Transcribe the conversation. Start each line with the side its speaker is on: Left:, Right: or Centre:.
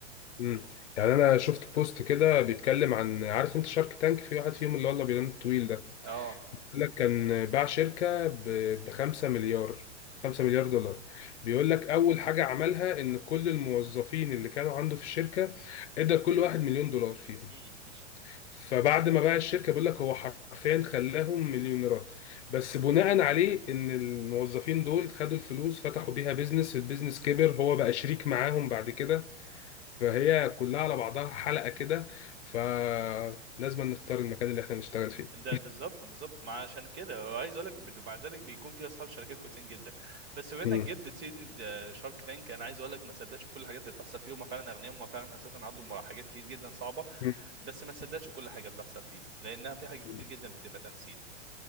Left: مم. يعني انا شفت بوست كده بيتكلم عن عارف انت شارك تانك في واحد فيهم اللي والله بينام طويل ده
Right: اه
Left: بيقول لك كان باع شركة ب 5 مليار 5 مليار دولار بيقول لك أول حاجة عملها إن كل الموظفين اللي كانوا عنده في الشركة ادى كل واحد مليون دولار فيهم
Right: امم
Left: فبعد ما باع الشركة بيقول لك هو حرفيا خلاهم مليونيرات بس بناء عليه إن الموظفين دول خدوا الفلوس فتحوا بيها بيزنس البيزنس كبر هو بقى شريك معاهم بعد كده فهي كلها على بعضها حلقة كده فلازم نختار المكان اللي احنا نشتغل فيه
Right: ده بالظبط بالظبط ما عشان كده وعايز اقول لك ب- مع ذلك بيكون في اصحاب شركات كويسين جدا بس بما انك
Left: مم.
Right: جبت سيره شارك تانك انا عايز اقول لك ما تصدقش كل الحاجات اللي بتحصل فيه هم فعلا اغنياء هم فعلا اساسا عندهم مر- حاجات كتير جدا صعبه
Left: مم.
Right: بس ما تصدقش كل حاجه بتحصل فيه لانها في حاجات كتير
Left: مم.
Right: جدا بتبقى تمثيل